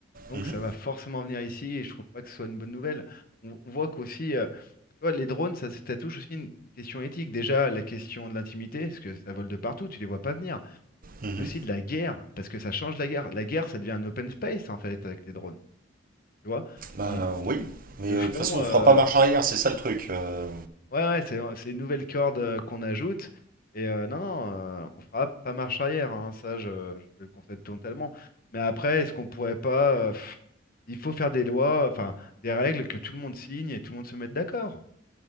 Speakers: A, on the left (about 50°); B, on the right (about 45°).
A: Donc
B: mhm,
A: ça va forcément venir ici et je trouve pas que ce soit une bonne nouvelle. On, on voit qu'aussi. euh, tu vois, les drones, ça, ça touche aussi une question éthique. Déjà, la question de l'intimité, parce que ça vole de partout, tu les vois pas venir.
B: mhm.
A: Mais aussi de la guerre, parce que ça change la guerre. La guerre, ça devient un open space, en fait, avec les drones. Tu vois?
B: Bah
A: Il-
B: oui, mais
A: le
B: euh,
A: front,
B: de toute façon on
A: euh,
B: fera pas marche arrière, c'est ça le truc. Euh,
A: ouais, ouais, c'est c'est une nouvelle corde euh, qu'on ajoute. Et euh, non, non, euh, on fera pas marche arrière, hein, ça, je, je te le concède totalement. Mais après, est-ce qu'on pourrait pas... euh, pff, il faut faire des lois, enfin, des règles que tout le monde signe et tout le monde se mette d'accord.